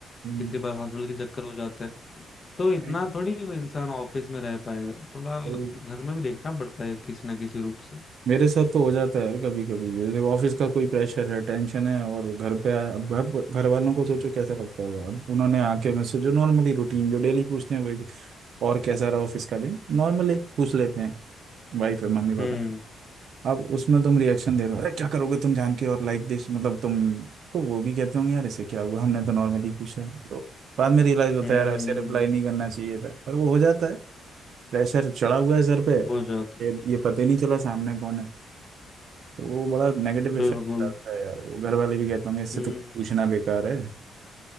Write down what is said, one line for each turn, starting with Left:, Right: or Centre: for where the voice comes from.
Right: हम्म,
Left: कितनी बार हॉस्पिटल के चक्कर हो जाते हैं तो इतना
Right: नहीं,
Left: थोड़ी कोई इंसान ऑफिस में रह पाएगा थोड़ा
Right: नहीं।
Left: घर में भी देखना पड़ता है किसी ना किसी रूप से
Right: मेरे साथ तो हो जाता है यार कभी कभी जैसे ऑफिस का कोई प्रेशर है टेंशन है और घर पे आया अब घर घर वालों को सोचो कैसा लगता होगा अब उन्होंने आके मुझसे जो नॉर्मली रूटीन जो डेली पूछते हैं वही और कैसा रहा ऑफिस का दिन नॉर्मली पूछ लेते हैं वाइफ है मम्मी पापा
Left: हम्म
Right: अब उसमें तुम रिएक्शन दे रहे हो अरे क्या करोगे तुम जान के और लाइक दिस मतलब तुम तो वो भी कहते होंगे यार इसे क्या हुआ हमने तो नॉर्मली पूछा है तो बाद में रियलाइज होता
Left: हम्म
Right: है यार ऐसे रिप्लाई नहीं करना चाहिए था पर वो हो जाता है प्रेशर चढ़ा हुआ है सर पे
Left: हो जाता
Right: ये ये पता ही नहीं चला सामने कौन है तो वो बड़ा नेगेटिव
Left: है
Right: इफेक्ट
Left: बिल्कुल
Right: डालता है यार वो घर वाले भी कहते होंगे इससे
Left: हम्म
Right: तो पूछना बेकार है